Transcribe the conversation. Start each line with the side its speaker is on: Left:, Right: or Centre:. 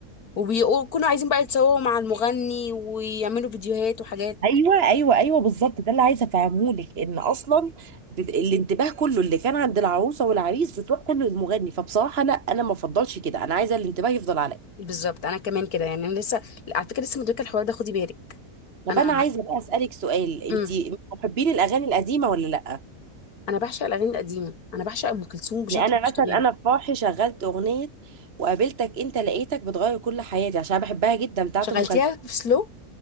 Left: وبيكونوا عايزين بقى يتصوروا مع المغني ويعملوا فيديوهات وحاجات
Right: ايوه ايوه ايوه بالظبط ده اللي عايزه افهمه لك ان اصلا ب- الانتباه كله اللي كان عند العروسه والعريس بتروح كله للمغني فبصراحه لا انا ما افضلش كده انا عايزه الانتباه يفضل عليا
Left: بالظبط انا كمان كده يعني انا لسه على فكره لسه مدركه الحوار ده خدي بالك
Right: طب
Left: انا
Right: انا عايزه بقى اسالك سؤال انت
Left: امم
Right: محبين الاغاني القديمه ولا لا
Left: انا بعشق الاغاني القديمه انا بعشق ام كلثوم بشكل
Right: يعني انا
Left: مش
Right: مثلا
Left: طبيعي
Right: انا في فرحي شغلت اغنيه وقابلتك انت لقيتك بتغير كل حياتي عشان أنا بحبها جدا بتاعت
Left: شغلتيها
Right: ام كلثوم
Left: في سلو